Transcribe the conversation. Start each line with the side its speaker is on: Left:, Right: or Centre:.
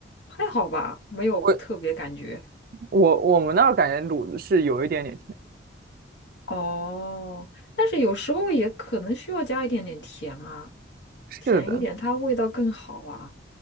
Left: 还好吧，没有特别感觉。
Right: 我我我们那儿感觉卤子是有一点点甜。
Left: 哦，但是有时候也可能需要加一点点甜啊，
Right: 是的，
Left: 甜一点它味道更好啊，